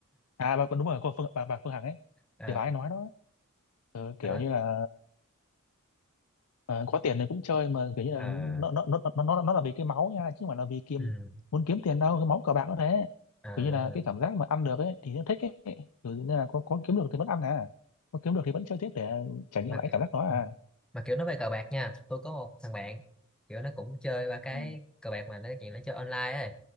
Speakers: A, on the left (about 75°); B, in the centre.
A: à bà, đúng rồi cô Phương bà, bà Phương Hằng ấy
B: ờ
A: thì bà ấy nói đó ừ, kiểu
B: bà nói
A: như là Ờ, có tiền thì cũng chơi mà kiểu như là
B: ờ
A: nó nó nó nó nó nó là vì cái máu nha chứ không phải là vì kiếm
B: ừ,
A: muốn kiếm tiền đâu cái máu cờ bạc nó thế
B: ờ
A: kiểu như là cái cảm giác mà ăn được ấy thì nó thích ấy kiểu như là có có kiếm được thì vẫn ăn à có kiếm được thì vẫn chơi tiếp để trải nghiệm
B: mà
A: lại
B: cái-
A: cảm giác đó à
B: ừ, mà kiểu nó về cờ bạc nha tôi có một thằng bạn kiểu nó cũng chơi ba cái
A: ừ
B: cờ bạc mà nó chuyện nó chơi online ấy